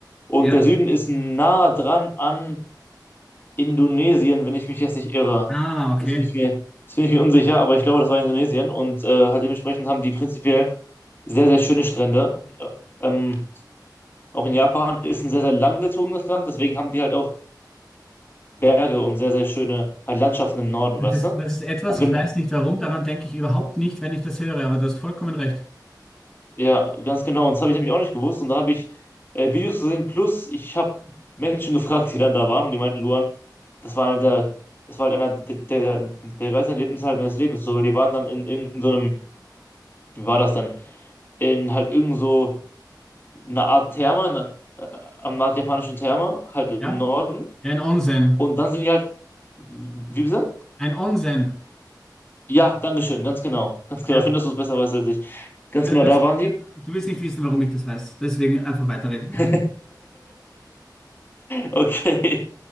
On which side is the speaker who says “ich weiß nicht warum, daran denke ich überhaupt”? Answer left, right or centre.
Centre